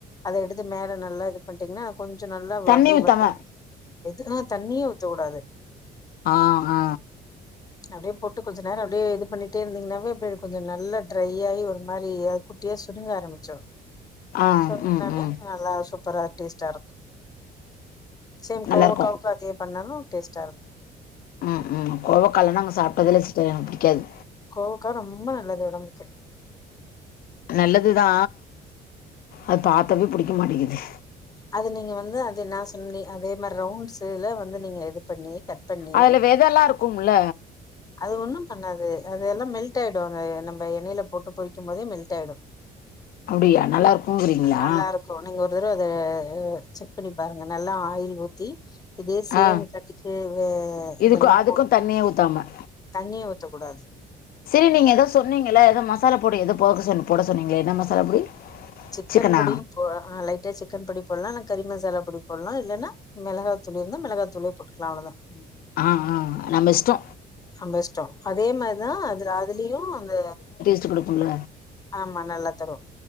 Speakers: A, on the left; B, on the left.
A: அத எடுத்து மேல நல்லா இது பண்ட்டீங்னா கொஞ்சொ நல்லா வா
B: தண்ணி
A: அப்டியே
B: ஊத்தாம
A: வதக் எது அ தண்ணியே ஊத்தக்கூடாது
B: ஆ அ
A: அப்டியே போட்டு கொஞ்ச நேரொ அப்டியே இது பண்ணிட்டே இருந்தீங்கன்னாவே அப்டியே கொஞ்ச நல்ல ட்ரை ஆயி ஒரு மாரியா குட் டியா சுருங்க ஆரம்பிச்சுரு
B: ஆ
A: சோ அதுனால
B: ம் ம்
A: நல்லா சூப் பரா டேஸ்ட்டாருக்கு சேம்
B: நல்லா
A: கோவக்காவுக்கு
B: இருக்கும்
A: அதே பண்ணாலு டேஸ்ட்டா இருக்
B: ம் ம் கோவக்கால்லா நாங்க சாப்டதே இல்ல சிஸ்டர் எனக் பிடிக்காது
A: கோவக்கா ரொம்ப நல்லது ஒடம்புக்கு
B: நல்லதுதா அது பாத்தாவே புடிக்க மாட்டேங்கிது
A: அது நீங்க வந்து அத நா சொன் நீ அதேமாரி ரவுண்ட்ஸ்ஸிதுலே வந்து நீங்க இது பண்ணி கட் பண்ணி
B: அதுல வெதெல்லா இருக்கும்ல
A: அது ஒன்னும் பண்ணாது அது எல்லா மெல்ட் ஆயிடுங்க நம்ப எண்ணெயில போட்டு பொறிக்கும் போதே மெல்ட் ஆயிடு
B: அப்டியா நல்லா இருக்குங்கிறீங்ளா
A: நல்லா இருக்கும் நீங்க ஒரு தடவ அத செக் பண்ணி பாருங்க நல்லா ஆயில் ஊத்தி இதே சேம்
B: ஆ
A: கடுகு வே
B: இதுக்கு
A: இதெல்லா
B: அதுக்கு
A: போட்
B: தண்ணியே ஊத்தாம
A: தண்ணியே ஊத்த கூடாது
B: செரி நீங்க எதோ சொன்னீங்களா எதோ மசாலா பொடி எதோ போக சொன்னிங் போட சொன்னீங்களா என்ன மசாலா பொடி
A: சிக்கன்
B: சிக்கனா
A: பொடியும் போ அ லைட்டா சிக்கன் பொடி போட்லா இல்ல கறி மசாலா பொடி போட்லா இல்லனா மெளகா தூள் இருந்தா மெளகா தூளே போட்டுக்லா அவ்ளதா ம்
B: ஆ ஆ நம்ம இஷ்டோ
A: நம்ப இஷ்டோ அதே மார்தா அதுல அதுலயு அந்த
B: ச்சு குடுப்போம்ல
A: ஆமா நல்லா தரு